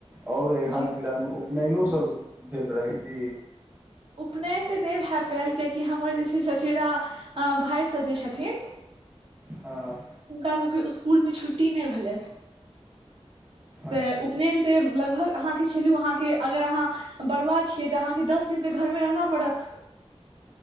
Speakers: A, on the right; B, on the right.
A: और हाल
B: जी
A: फिलहाल मे उपनयनो सभ भेल रहै कि
B: उपनयन तऽ नहि भए पायल कियकि हमर जे छै चचेरा भाय सभ जे छथिन
A: हँ
B: हुनका सभके स्कूलमे छुट्टी नहि भेलै तऽ
A: अच्छा
B: उपनयन। तऽ लगभग अहाँके चलू अहाँके अगर अहाँ बरुआ छियै तऽ अहाँके दस दिन तऽ घर मे रहना पड़त